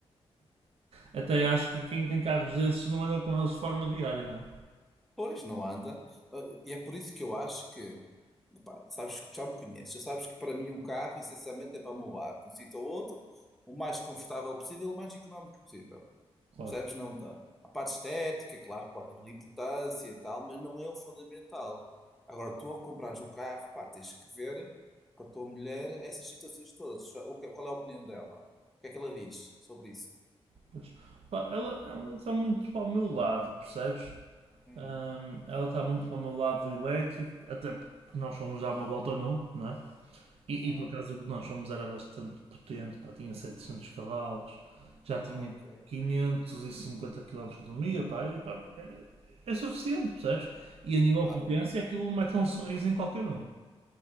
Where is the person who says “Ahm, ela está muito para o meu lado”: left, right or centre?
Right